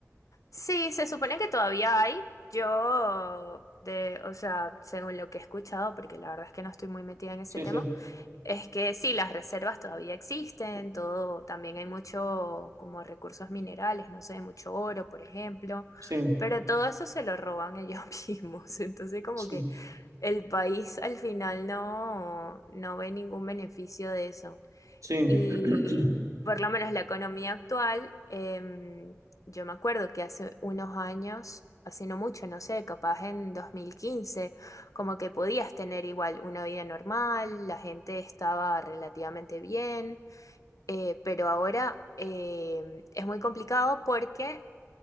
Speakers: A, on the left; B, on the right.
A: Sí, se supone que todavía hay. Yo, de, o sea, según lo que he escuchado, porque la verdad es que no estoy muy metida en ese
B: Sí,
A: tema,
B: sí,
A: es que sí, las reservas todavía existen, todo, también hay mucho como recursos minerales, no sé, mucho oro, por ejemplo,
B: sí,
A: pero todo eso se lo roban ellos <laughs> mismos. Entonces, como
B: sí,
A: que el país al final no, no ve ningún beneficio de eso.
B: sí.
A: Y
B: <clears throat>
A: por lo menos la economía actual, em, yo me acuerdo que hace unos años, hace no mucho, no sé, capaz en 2015 como que podías tener igual una vida normal, la gente estaba relativamente bien, eh, pero ahora em, es muy complicado porque